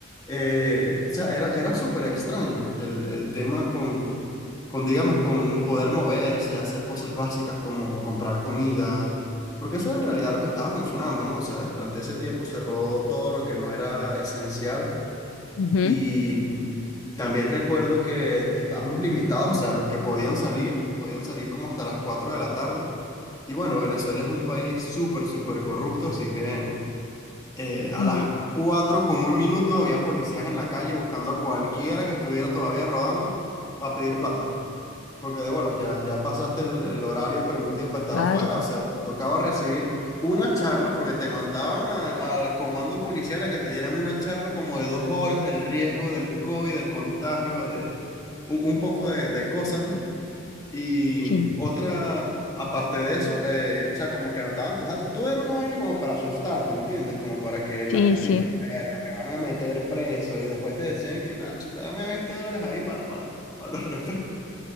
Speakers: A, on the left; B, on the left.
A: Eh, o sea, era, era súper extraño el, el tema con, con, digamos, con poder moverse, hacer cosas básicas como comprar comida, porque eso en realidad era lo que estaba funcionando, ¿no? O sea, durante ese tiempo cerró todo lo que no era esencial
B: ujú.
A: y también recuerdo que estábamos limitados, o sea, los que podían salir, podían salir como hasta las 4 de la tarde. Y bueno, Venezuela es un país súper, súper corrupto, así que eh, a
B: Mm,
A: las 4 con un minuto había policías en la calle buscando a cualquiera que estuviera todavía rodando para pedir plata. Porque de bolas, ya, ya pasaste el, el horario permitido para estar
B: claro,
A: afuera, o sea, te tocaba recibir una charla porque te mandaban a- al comando policial a que te dieran una charla como de dos horas del riesgo del COVID, del contagio, de- un, un poco de, de cosas, ¿no? Y
B: sí,
A: otra, aparte de eso, eh, o sea, como que anotaban tus datos, todo era una vaina como para asustarte, ¿entiendes? Como para que la
B: sí,
A: gente
B: sí,
A: dijera, verga, me van a meter preso y después te decían que, nada chico, dame 20 dólares ahí para los <laughs> refrescos